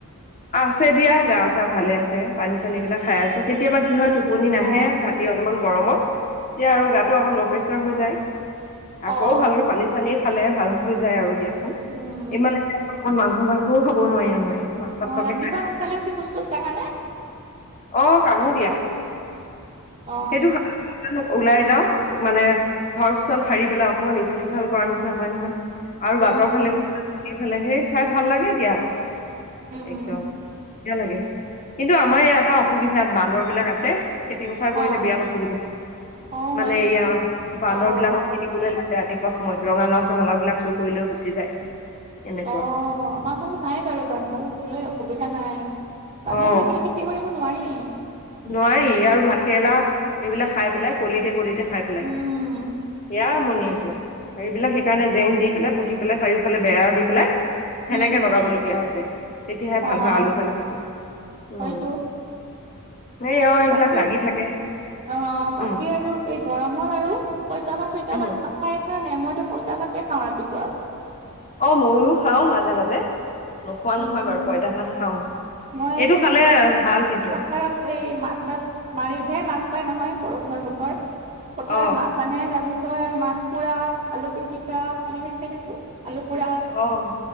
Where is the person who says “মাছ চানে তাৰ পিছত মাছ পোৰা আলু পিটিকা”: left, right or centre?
Right